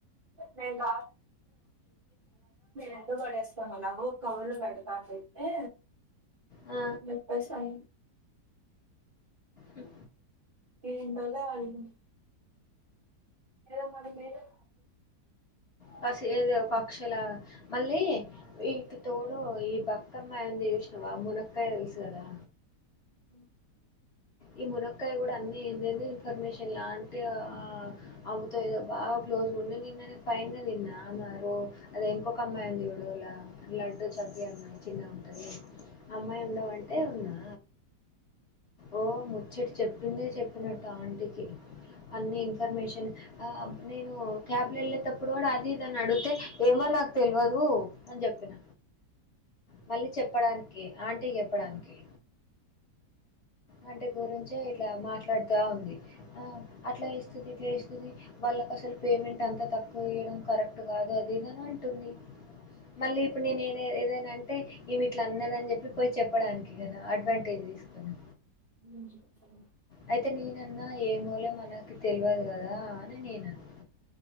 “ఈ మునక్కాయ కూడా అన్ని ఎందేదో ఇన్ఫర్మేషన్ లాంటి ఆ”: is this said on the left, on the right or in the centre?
Left